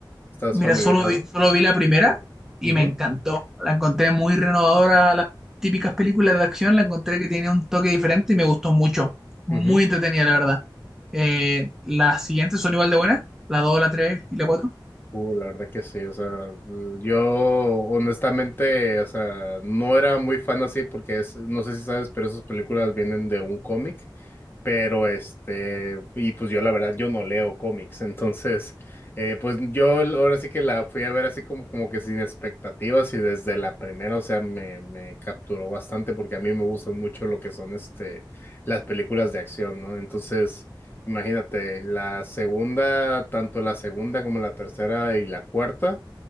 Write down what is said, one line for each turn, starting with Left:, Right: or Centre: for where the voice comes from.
Left: ¿Estás
Centre: Mira,
Left: familiarizado?
Centre: solo vi, solo vi la primera y
Left: Ujú,
Centre: me encantó. La encontré muy renovadora. a Las típicas películas de acción la encontré que tiene un toque diferente y me gustó mucho. Muy
Left: ujú.
Centre: entretenida, la verdad. Eh, las siguientes son igual de buenas. La 2, la 3 y la cuatro.
Left: Uh, la verdad que sí, o sea, yo honestamente, o sea, no era muy fan así porque es, no sé si sabes, pero esas películas vienen de un cómic. Pero este, y pues yo la verdad, yo no leo cómics, entonces, eh, pues yo l- ahora sí que la fui a ver así como, como que sin expectativas y desde la primera, o sea, me, me capturó bastante porque a mí me gustan mucho lo que son este, las películas de acción, ¿no? Entonces, imagínate, la segunda, tanto la segunda como la tercera y la cuarta.